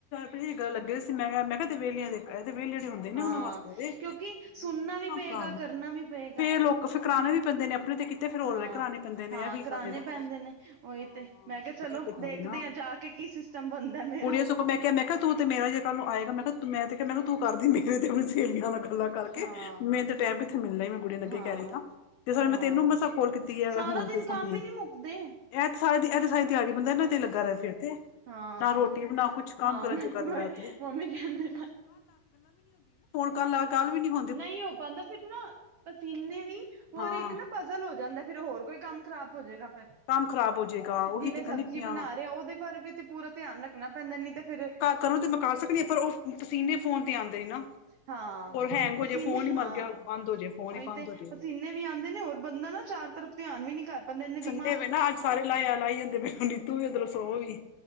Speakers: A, on the left; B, on the right.
A: ਤੁਸੀਂ ਗੱਲ ਲੱਗੇ ਸੀ, ਮੈਂ ਕਿਹਾ, ਮੈਂ ਕਿਹਾ ਤੁ ਵਿਹਲਿਆਂ ਦੇ ਐ ਤੇ ਵਿਹਲਿਆਂ ਦੇ ਹੁੰਦ ਦੇਨੇ
B: ਹਾਂ
A: ਉਨਾ ਵਾਸਤੇ ਵੇ,
B: ਕਿਉਂਕਿ
A: ਜਿਨਾ
B: ਸੁਣਨਾ
A: ਨੇ ਨਾ,
B: ਵੀ ਪਏਗਾ ਕਰਨਾ ਵੀ ਪਏਗਾ।
A: ਫੇਰ ਲੋਕ <unintelligible> ਨੇ ਆਪਣੇ ਤੇ ਤੇ ਫੇਰ ਓਲੇ
B: ਹਾਂ
A: ਕਰਾਣੇ। ਪੈਂਦੇ ਨੇ
B: ਹਾਂ,
A: ਇਹ ਵੀ
B: ਕਰਾਣੇ
A: ਗੱਲ ਹੈ ਨਾ।
B: ਪੈਂਦੇ ਨੇ। ਉਹੀ
A: ਹਾਂ
B: ਤੇ ਮੈਂ ਕਿਹਾ ਚਲੋ,
A: ਇਹ ਤੇ ਗੱਲ
B: ਦੇਖਦੇ
A: ਹੈ ਨਾ।
B: ਆ ਜਾ ਕੇ ਕੀ ਸਿਸਟਮ ਬਣਦਾ ਮੇਰਾ।
A: ਕੁੜੀਆਂ ਸਗੋਂ ਮੈਂ ਕਿਹਾ, ਮੈਂ ਕਿਹਾ, ਤੂੰ ਤੇ ਮੇਰਾ ਜੇ ਕੱਲ੍ਹ ਨੂੰ ਆਏਗਾ। ਮੈਂ ਕਿਹਾ, ਮੈਂ ਤੇ ਕਿਹਾ, ਮੈਂ ਕਿਹਾ, ਤੂੰ ਕਰਦੀ ਮੇਰੇ ਤੇ ਸੇਹਲੀਆਂ ਨਾ ਗੱਲਾਂ ਕਰਕੇ,
B: ਹਾਂ
A: ਮੈਨੂੰ ਤੇ ਟੈਂਮ ਕਿੱਥੇ ਮਿਲਣਾ ਈ, ਮੈਂ ਗੁੜੀਆ ਨੂੰ ਅੱਗੇ
B: ਹਾਂ
A: ਈ ਕਹਿ ਰਈ ਆ। ਜਿਸ ਸਾਬ
B: ਹਾਂ
A: ਨਾ, ਮੈਂ ਤੈਨੂੰ ਮਸਾਂ ਕੋਲ ਕੀਤੀ ਏ
B: ਸਾਰਾ
A: ਹੁਣ
B: ਦਿਨ
A: ਤੇ ਸਮੇਂ,
B: ਕੰਮ ਹੀ ਨੀ ਮੁੱਕਦੇ
A: ਐਤ ਸਾਰ ਐਤ ਸਾਰੀ ਦਿਹਾੜੀ ਬੰਦਾ ਇਹਨਾਂ ਤੇ ਲੱਗਾ ਰਹੇ ਫਿਰ ਤੇ।
B: ਹਾਂ-ਹਾਂ,
A: ਨਾ ਰੋਟੀ ਨਾ ਕੁਛ ਕੰਮ ਕਰਨ ਜੋਗਾ ਰਹੇਗਾ ਤੇ
B: ਮੰਮੀ ਕਹਿੰਦੇ
A: ਕਾਲਾ ਕੱਲ੍ਹ ਵੀ ਨੀ ਹੋ
B: ਨਹੀਂ ਹੋ ਪਾਂਦਾ, ਫਿਰ ਨਾ ਪਸੀਨੇ ਵੀ, ਹੋਰ
A: ਹਾਂ
B: ਇੱਕ ਨਾ ਪਜ਼ਲ ਹੋ ਜਾਂਦਾ, ਫਿਰ ਹੋਰ ਕੋਈ ਕੰਮ ਖ਼ਰਾਬ ਹੋਜੇਗਾ ਫਿਰ।
A: ਕੰਮ ਖ਼ਰਾਬ ਹੋ ਜਾਏਗਾ
B: ਜਿਵੇਂ
A: ਉਹੀ ਤੇ ਕਹਿੰਦੀ
B: ਸਬਜ਼ੀ
A: ਪਈ ਹਾਂ
B: ਬਣਾ ਰ‌ਏ, ਉਹਦੇ ਬਾਰੇ ਵੀ ਤੇ ਪੂਰਾ ਧਿਆਨ ਰੱਖਣਾ ਪੈਂਦਾ, ਨੀ ਤੇ ਫਿਰ
A: ਕਰੋ ਤੇ ਮੁਕਾ ਸਕਣੀ, ਪਰ ਉਹ ਪਸੀਨੇ ਫੋਨ ਤੇ ਆਂਦੇ ਈ ਨਾ।
B: ਹਾਂ।
A: ਕੋਈ ਹੈਂਗ ਹੋਜੇ,
B: ਪਸੀਨੇ
A: ਫੋਨ ਈ
B: ਹਾਂ
A: ਮਰ ਗਿਆ, ਬੰਦ ਹੋ ਜੇ ਫੋਨ
B: ਉਹੀ
A: ਹੀ ਬੰਦ
B: ਤੇ
A: ਹੋ ਜੇ
B: ਪਸੀਨੇ ਵੀ ਆਉਂਦੇ ਨੇ, ਹੋਰ ਬੰਦਾ ਨਾ ਚਾਰ ਤਰਫ਼ ਧਿਆਨ ਵੀ ਨੀ ਕਰ ਪਾਂਦਾ, ਇੰਨੇ ਦਿਮਾ
A: ਡੇ ਵੇ ਨਾ, ਅੱਜ ਸਾਰੇ ਲਾਇਆ ਲਾਈ ਜਾਂਦੇ ਪੇ, ਨੀਤੂ ਵੀ ਉਦਰੋ ਸੋ ਵੀ,